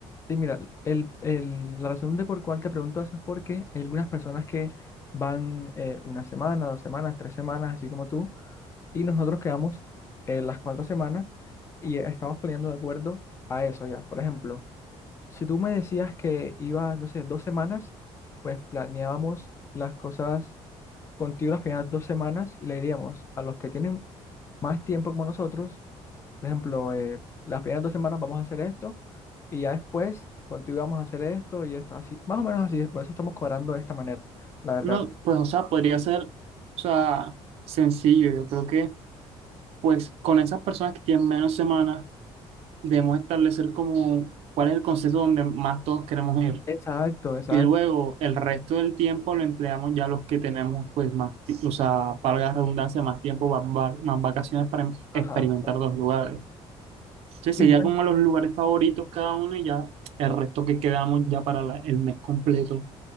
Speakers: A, on the left (about 25°); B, on the right (about 65°).
A: sí, mira, el, el- la razón de por cuál te pregunto eso es porque hay algunas personas que van eh, una semana, dos semanas, tres semanas, así como tú, y nosotros quedamos eh, las cuatro semanas y estamos poniendo de acuerdo a eso ya. Por ejemplo. Si tú me decías que ibas, no sé, dos semanas, pues planeábamos las cosas contigo las primeras dos semanas y le diríamos a los que tienen más tiempo como nosotros, por ejemplo, eh, las primeras dos semanas vamos a hacer esto y ya después contigo vamos a hacer esto y esto, así, más o menos así, por eso estamos cobrando de esta manera, la verdad.
B: No, pues, o sea, podría ser, o sea, sencillo. Yo creo que, pues, con esas personas que tienen menos semanas, debemos establecer como cuál es el concepto donde más todos queremos ir.
A: Exacto, exacto.
B: Y luego el resto del tiempo lo empleamos ya los que tenemos, pues, más, ti- o sea, para la redundancia, más tiempo, más, va- más vacaciones para em-
A: Ajá.
B: experimentar dos lugares. Sí, sería
A: Y bueno,
B: como los lugares favoritos cada uno y ya el resto que quedamos ya para la- el mes completo,